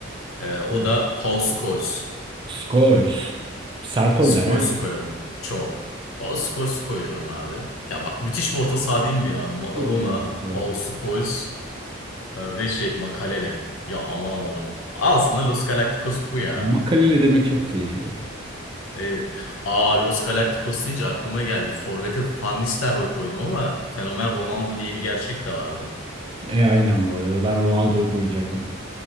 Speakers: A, on the left; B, on the right.
A: Ee, o
B: Hı.
A: da Paul Scholes.
B: Scholes. Sert
A: Scholes'u
B: oynar he.
A: koyuyorum. Çok. Paul Scholes'u koyuyorum abi. Ya bak müthiş bir orta saha değil mi ya? Maradona,
B: Çok iyi ortası.
A: Paul Scholes e, ve şey Makalele. Ya aman Allah'ım. Al sana Los Galacticos bu ya.
B: Makaleli demek çok keyifli.
A: Evet. Aa Los Galacticos deyince aklıma geldi. Forvet'e Van Nistelrooy koydum ama fenomen Ronaldo diye bir gerçek de vardı.
B: E aynen bu arada. Ben Ronaldo'yu koyacaktım.